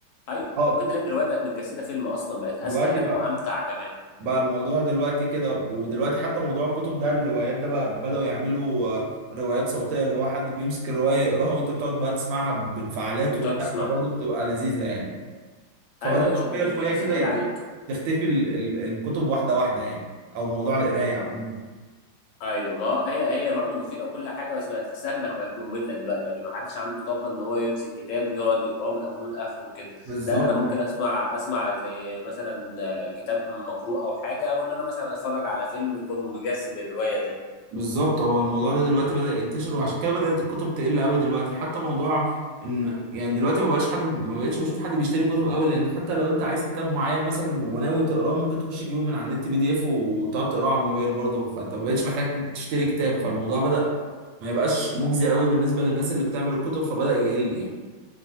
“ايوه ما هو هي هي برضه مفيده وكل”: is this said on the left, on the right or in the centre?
Left